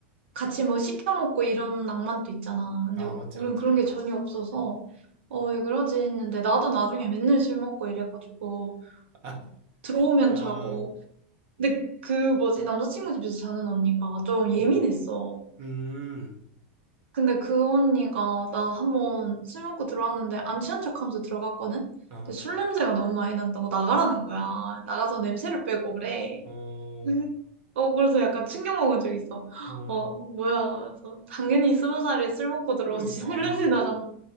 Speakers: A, on the right (about 80°); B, on the right (about 40°).
A: 같이 뭐 시켜먹고 이런 낭만도 있잖아. 근데
B: 아, 맞지,
A: 우린
B: 맞지.
A: 그런 게 전혀 없어서, 어, 왜 그러지 했는데, 나도 나중에 맨날 술 먹고 이래가지고,
B: 아,
A: 들어오면
B: 아,
A: 자고, 근데 그 뭐지 남자친구 집에서 자는 언니가 좀 예민했어.
B: 음, 음.
A: 근데 그 언니가 나 한번 술 먹고 들어왔는데 안 취한 척하면서 들어갔거든.
B: 어,
A: 근데 술 냄새가 너무 많이 난다고 나가라는
B: 아,
A: 거야. 나가서 냄새를 빼고 그래.
B: 어,
A: 음, 어 그래서 약간 충격 먹은 적 있어.
B: 헐.
A: 어 뭐야? 그래서 당연히 스무 살에 술 먹고 들어오지
B: 그러니까
A: <laughs> 술
B: 아니
A: 냄새 나간다.